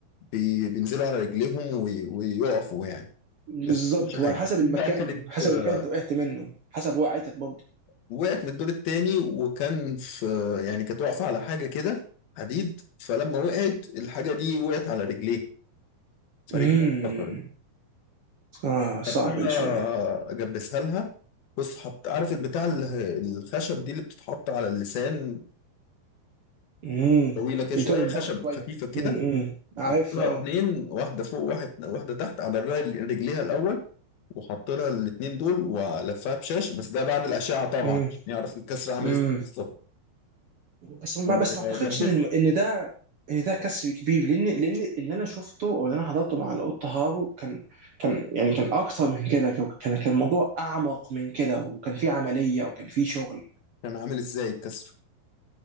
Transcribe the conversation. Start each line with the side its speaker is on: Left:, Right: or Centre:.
Left: بي... بينزلوا على رجليهم وي... ويقفوا يعني
Right: بالظبط
Left: بس ما بيحصلهمش
Right: هو
Left: حاجه
Right: على حسب المكان
Left: دي بقى كانت
Right: حسب
Left: آه،
Right: المكان انت وقعت منه حسب وقعتك برضه
Left: وقعت من الدور التاني وكان في يعني كانت واقفه على حاجه كده حديد فلما وقعت الحاجه دي وقعت على رجليها فرجليها
Right: امم
Left: اتكسرت
Right: اه صعبة
Left: خدتها
Right: دي شوية
Left: اجبسها لها بص حط عارف البتاع ال- الخشب دي اللي بتتحط على اللسان
Right: امم
Left: طويلة كده
Right: يتوب
Left: شوية
Right: من
Left: خشب
Right: بره شوية
Left: خفيفة كده
Right: امم عارف
Left: حط لها
Right: اه
Left: اتنين واحدة فوق واحد واحدة تحت على الرجل- رجليها الأول وحط لها الاتنين دول ولفها بشاش بس ده بعد الأشعة طبعا
Right: امم
Left: عشان يعرف الكسر عامل
Right: امم
Left: ازاي بالظبط
Right: بس ما
Left: وجنبها
Right: بس ما اعتقدش ان الم- ان ده ان ده كسر كبير لان لان اللي انا شفته او اللي انا حضرته مع القط هارو كان كان يعني كان اكتر من كده كان كان كان الموضوع اعمق من كده وكان في عملية وكان في شغل
Left: كان عامل ازاي الكسر